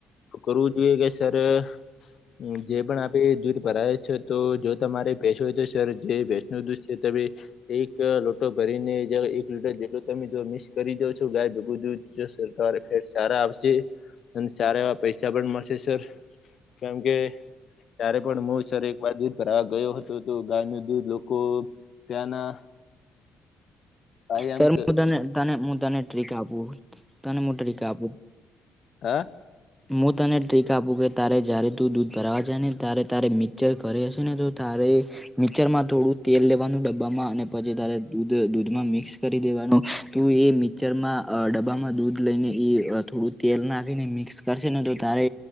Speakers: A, on the left; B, in the centre.
A: કરવું જોયે કે સર હમ્મ જે પણ આપે દૂધ ભરાવે છે તો જો તમારે <unintelligible> સર જે ભેંશ નુ દૂધ છે તે એક લોટો ભરીને એક લીટર જેટલું તમે જો મિક્સ કરી જાાવ છો ગાય ભેગું તોરે ફેર સારા આવશે અને સારા એવા પૈસા પણ મળશે સર કેમ કે તારે પણ મો સર એક વાર દૂધ ભરવા ગયો હતો તો ગાયનું દૂધ લોકો ત્યાંના ભાઈ
B: સરું
A: એમ કે-
B: તને તનેું તને ટ્રીક આપું ત મે ટ્રીક આપું
A: અ
B: હું તને ટ્રીક આપું કે તારે જય્યારે તું દૂધ ભરાવા જ ને તારે તારે મિક્સચર કર હશે ને તો તારે મિક્ચર માં થોડું તેલ લેવાનું ડબ્બામાં અને પછી તારે દૂધ દૂધમાં મિક્સ કરી દેવાનું તુએ મિક્ચરમાં ડબ્બામાં દૂધ લઈને એ થોડું તેલ નાખીને મિક્સ કરશે ને તો તારે